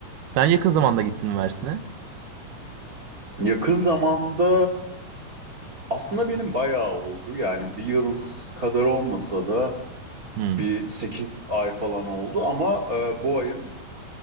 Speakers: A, on the right; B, on the right.
A: Sen yakın zamanda gittin mi Mersin'e?
B: Yakın zamanda aslında benim bayağı oldu. Yani bir yıl kadar olmasa da
A: Hmm.
B: Bir 8 ay falan oldu ama e, bu ayın